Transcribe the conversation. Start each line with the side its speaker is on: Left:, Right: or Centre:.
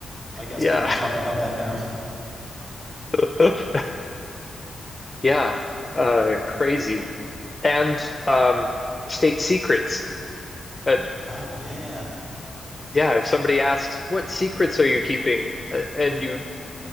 Right: I guess
Left: Yeah.
Right: we have to talk about that now. <laughs>
Left: <laughs> Yeah. Uh, crazy. And um, state secrets. Uh,
Right: Oh yeah.
Left: yeah, if somebody asks, what secrets are you keeping? Uh, and you